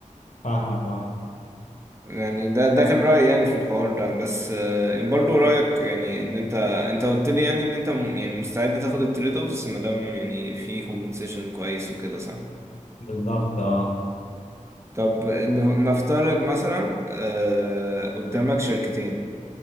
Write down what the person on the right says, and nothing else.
يعني ده ده كان رأيي يعني في الحوار ده بس آه، برضو رأيك يعني ان انت انت قلت لي يعني ان انت م- يعني مستعد تاخد التريد اوفس ما دام يعني في كومبنسيشن كويس وكده صح
طب ن- نفترض مثلا آه، قدامك شركتين